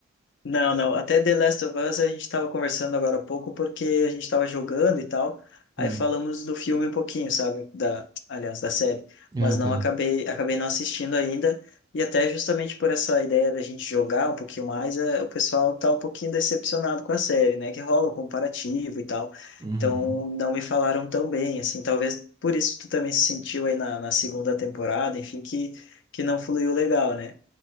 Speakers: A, on the left; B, on the right.
A: Não, não. Até The Last of Us a gente estava conversando agora há pouco porque a gente estava jogando e tal. Aí
B: Hum.
A: falamos do filme um pouquinho, sabe? Da, aliás, da série.
B: Ah,
A: Mas não
B: tá.
A: acabei, acabei não assistindo ainda. E até justamente por essa ideia da gente jogar um pouquinho mais, eh, o pessoal tá um pouquinho decepcionado com a série, né? Que rola o comparativo e tal.
B: Uhum.
A: Então não me falaram tão bem, assim. Talvez por isso tu também se sentiu aí na, na segunda temporada, enfim, que, que não fluiu legal, né?